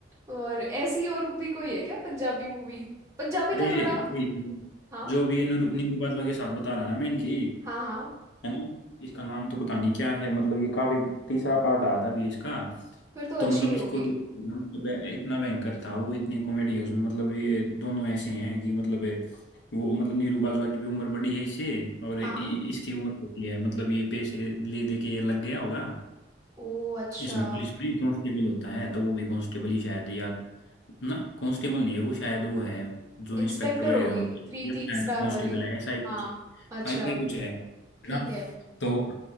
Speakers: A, on the right; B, on the left.
A: और ऐसी और भी कोई है क्या पंजाबी मूवी पंजाबी
B: अरे
A: का
B: ये-
A: थोड़ा हाँ
B: जो भी ये निरू- निरूपा दुआ के साथ बता रहा ना मैं इनकी
A: हाँ हाँ
B: है ना इसका नाम तो पता नहीं क्या है मतलब ये काफी तीसरा पार्ट आया था अभी इसका
A: फिर तो
B: तो
A: अच्छी
B: मतलब
A: ही होगी
B: इसको तो मतलब इतना भयंकर था वो इतनी कॉमेडी है उसमें मतलब ये दोनों ऐसे हैं कि मतलब ये- वो मतलब नीरू बाजवा की भी उम्र बड़ी है इससे और
A: हाँ
B: इ- इसकी उम्र होती है मतलब ये पैसे ले दे के ये लग गया होगा
A: ओ अच्छा
B: इसमें पुलिस में कांस्टेबल होता है तो वो भी कांस्टेबल ही शायद या ना कांस्टेबल नहीं है वो शायद वो है जो
A: इंस्पेक्टर
B: इंस्पेक्टर वगैरह
A: होगी
B: होते हैं
A: थ्री
B: ये
A: तीन
B: शायद
A: स्टार
B: कांस्टेबल
A: वाली
B: है ऐसा ही कुछ
A: हाँ अच्छा
B: ऐसा ही कुछ है है
A: ठीक
B: ना
A: है
B: तो